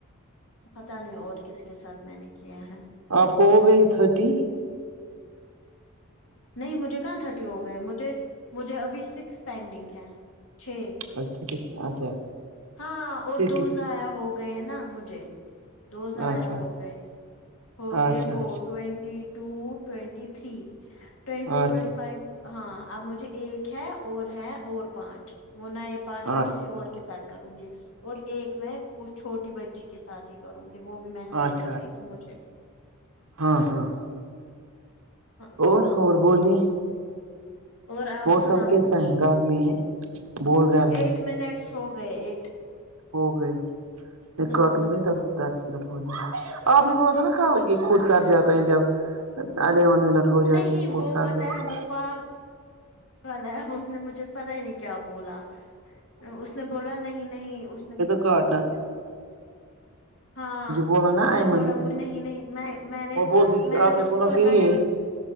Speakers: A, on the left (about 70°); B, on the right (about 85°).
A: پتا نہیں اور کس کے ساتھ میں نے کیا ہے
B: آپ کو ہو گئی تھرٹی
A: نہیں مجھے کہاں تھرٹی ہو گئے مجھے مجھے ابھی سکس پینڈنگ ہے چھ
B: بس ٹھیک ہے اچھا
A: ہاں اور
B: سکس
A: دو ضائع ہو گئے نا مجھے دو
B: اچھا
A: ضائع ہو گئے ہو
B: اچھا
A: گئے وہ
B: اچھا
A: twenty two twenty three twenty four
B: اچھا
A: twenty فائیو ہاں اب مجھے ایک ہے اور ہے اور پانچ وہ نئے پانچ میں
B: اچھا
A: کسی اور کے ساتھ کروں گی اور ایک میں اس چھوٹی بچی کے سات ہی کروں گی وہ بھی میسج
B: اچھا اچھا
A: کر رہی مجھے
B: ہاں ہاں
A: ہاں
B: اور اور بولیے
A: اور آپ
B: موسم
A: سناؤ
B: کیسا
A: کچھ
B: ہے گرمی ہے بہت گرمی
A: ایٹ
B: ہے
A: منٹس ہو گئے ایٹ
B: ہو گے میں
A: ہوں
B: کاٹو نگا جب دس منٹ ہوجاۓ آپ نے بولا تھا نا کل یہ خود کر جا تو جب الیون منٹ ہو جاتی
A: نہیں
B: ہے خود
A: وہ
B: کاٹ
A: پتہ
B: جاتی
A: ہے وہ پارک والا اس نے مجھے پتا ہی نہیں کیا بولا اس نے بولا نہیں نہیں اس نے
B: کرنا
A: ہاں
B: بولا نا
A: اس
B: ایمن
A: نے بولا نہیں نہیں میں میں نے
B: وہ بولتی
A: میں نے
B: آپ
A: اس کو بولا
B: پھر
A: میں
B: یہی
A: نے